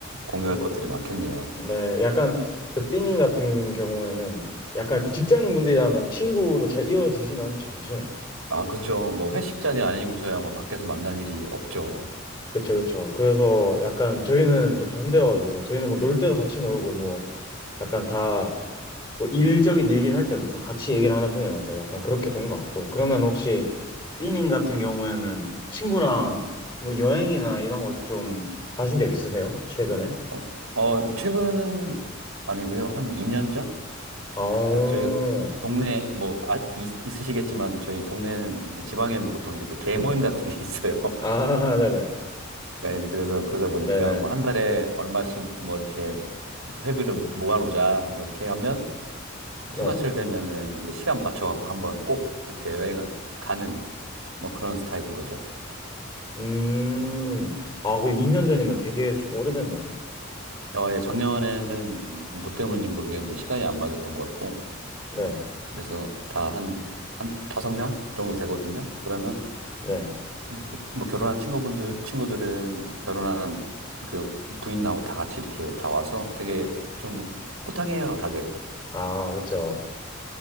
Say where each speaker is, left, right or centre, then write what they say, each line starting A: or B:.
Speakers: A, on the right; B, on the left.
A: 공유할
B: 그래서, 뭐,
A: 것들이 많겠네요.
B: 네. 약간, 그, 삐님 같은 경우에는, 약간 그 직장인분들이랑은 친구로 잘 이어지진 않죠, 사실.
A: 아, 그렇죠. 뭐 회식 자리 아니고서야 뭐 밖에서 만날 일이 없죠.
B: 그쵸, 그쵸. 그래서 약간 저희는 좀 반대여가지고, 저희는 뭐, 놀 때도 같이 놀고, 뭐, 약간 다, 뭐 일적인 얘기를 할 때도 좀 같이 얘기를 하는 편이라서 약간 그렇게 된 것 같고. 그러면 혹시 삐님 같은 경우에는 친구랑 뭐 여행이나 이런 거 좀 가신 적 있으세요? 최근에?
A: 어, 어, 최근은 아니고요. 한 2년 전?
B: 어,
A: 그러니까 저희 동네 뭐 아, 있, 있으시겠지만 저희 동네는 이제 지방에는 보통 이렇게 개 모임 같은 게 <laughs> 있어요.
B: 아, <laughs> 네네.
A: 그러니까 이제 그래서 그러다
B: 네네.
A: 보니까 뭐 한 달에 얼마씩 뭐 이렇게 회비를 모아놓자 뭐 이렇게 하면
B: 네네.
A: 휴가철 되면은 이제 시간 맞춰 갖고 한번 꼭 이렇게 여행을 가는 뭐 그런 스타일인 거죠.
B: 음, 아, 그 2년 전이면 되게 좀 오래됐네요.
A: 어, 예, 작년에는 뭐 때문인지 모르겠는데 시간이 안 맞았던 것 같고,
B: 네,
A: 그래서 다 한, 한 다섯 명 정도 되거든요. 그러면
B: 네.
A: 이렇게 뭐 결혼한 친구분들, 친구들은 결혼한 그 부인하고 다 같이 이렇게 다 와서 되게 좀 호탕해요, 다들.
B: 아, 그쵸.